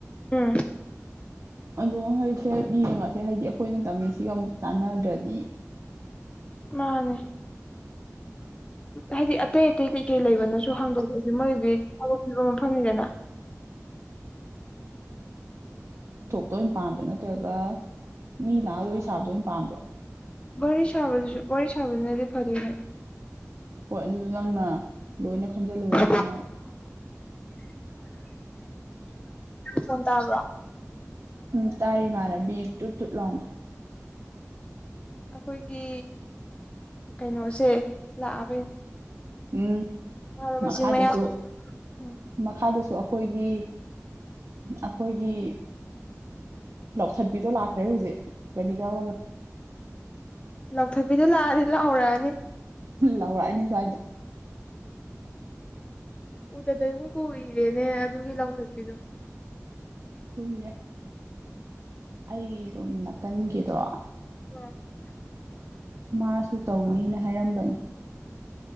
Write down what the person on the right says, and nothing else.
ꯑꯗꯣ ꯍꯧꯁꯦ ꯌꯦꯡꯉꯁꯦ ꯍꯥꯏꯗꯤ ꯑꯩꯈꯣꯏꯅ ꯇꯝꯃꯤꯁꯤꯒ ꯑꯃꯨꯛ ꯆꯥꯟꯅꯗ꯭ꯔꯗꯤ
ꯇ ꯑꯣꯏꯅ ꯄꯥꯝꯕ꯭ꯔꯣ ꯅꯠꯇ꯭ꯔꯒ ꯃꯤ ꯂꯥꯛ ꯋꯥꯔꯤ ꯁꯥꯕꯗ ꯑꯣꯏꯅ ꯄꯥꯝꯕ꯭ꯔꯣ
ꯍꯣꯏ ꯑꯗꯨꯗꯣ ꯅꯪꯅ ꯂꯣꯏꯅ ꯈꯟꯖꯜꯂꯨꯔꯕꯅꯤꯅ
ꯎꯝ ꯇꯥꯏ ꯃꯥꯅꯦ ꯇꯨ ꯇꯨꯠ ꯂꯥꯎꯑꯣꯅ
ꯎꯝ
ꯃꯈꯥꯗꯁꯨ
ꯃꯈꯥꯗꯁꯨ ꯑꯩꯈꯣꯏꯒꯤ ꯑꯩꯈꯣꯏꯒꯤ ꯂꯧꯊꯠꯄꯤꯗꯣ ꯂꯥꯛꯈ꯭ꯔꯦ ꯍꯧꯖꯤꯛ ꯒꯥꯔꯤ ꯇꯧꯔꯒ
ꯂꯧꯥꯎꯔꯛꯑꯅꯤ ꯁ꯭ꯋꯥꯏꯗ
ꯀꯏꯅꯦ ꯑꯩ ꯔꯨꯝ ꯅꯥꯀꯟꯒꯤꯗꯣ
ꯃꯥꯁꯨ ꯇꯧꯅꯤꯅ ꯍꯥꯏꯔꯝꯕꯅꯤ